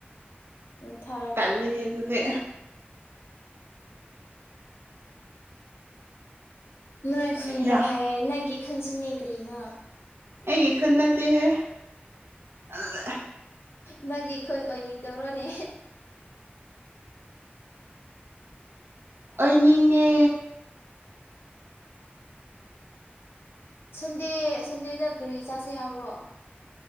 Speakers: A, on the left; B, on the right.
A: ꯑꯣ ꯊꯥꯔꯛ
B: ꯇꯜꯂꯤꯍꯦ ꯑꯗꯨꯗꯤ
A: ꯅꯣꯏ ꯈꯨꯟꯗ
B: ꯌꯥ
A: ꯍꯥꯏ ꯅꯪꯒꯤ ꯋꯥꯈꯟꯁꯤꯅ ꯀꯔꯤꯅꯣ
B: ꯑꯩꯒꯤ ꯈꯨꯟ ꯅꯠꯇꯦꯍꯦ ꯑꯗꯨꯗ
A: ꯅꯪꯒꯤ ꯈꯨꯟ ꯑꯣꯏꯅꯤꯡꯗꯕ꯭ꯔꯣꯅꯦ
B: ꯑꯣꯏꯅꯤꯡꯉꯦ
A: ꯁꯟꯗꯦ ꯁꯟꯗꯦꯗ ꯀꯔꯤ ꯆꯥꯁꯤ ꯍꯥꯏꯕ꯭ꯔꯣ